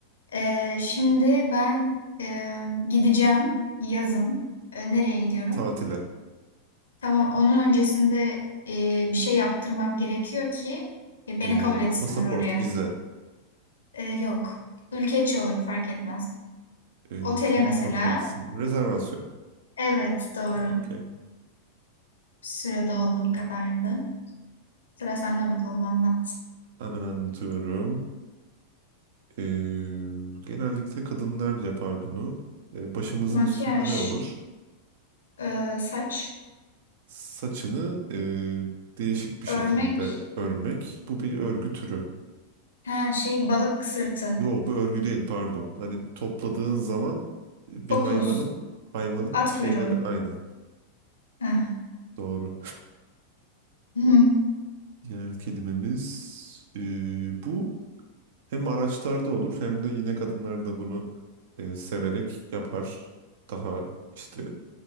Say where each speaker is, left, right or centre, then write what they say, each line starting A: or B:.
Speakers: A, on the left; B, on the right.
A: E, şimdi ben e, gideceğim yazın. E, nereye gidiyorum?
B: tatile,
A: Tamam. Onun öncesinde e, bir şey yaptırmam gerekiyor ki e, beni
B: e,
A: kabul etsinler
B: pasaport,
A: oraya.
B: vize,
A: E, yok. Ülke içi olur fark etmez.
B: e,
A: Otele
B: seni
A: mesela
B: kabul etsin. Rezervasyon.
A: Evet, doğru.
B: Ha, okey.
A: Süre doldu bu kadardı. Sıra sende bakalım anlat.
B: Hemen anlatıyorum. E, genellikle kadınlar yapar bunu. E, başımızın
A: Makyaj,
B: üstünde ne olur?
A: e, saç,
B: Saçını e, değişik bir
A: örmek,
B: şekilde örmek. Bu bir örgü türü.
A: ha şey balık sırtı,
B: Yo bu örgü değil pardon. Hani topladığın zaman e,
A: topuz,
B: bir hayvanın hayvanın
A: at
B: bir şeyine
A: kuyruğu.
B: be- aynı.
A: Ha.
B: Doğru.
A: <laughs> Hı.
B: Diğer kelimemiz e, bu hem araçlarda olur hem de yine kadınlar da bunu e, severek yapar. Daha işte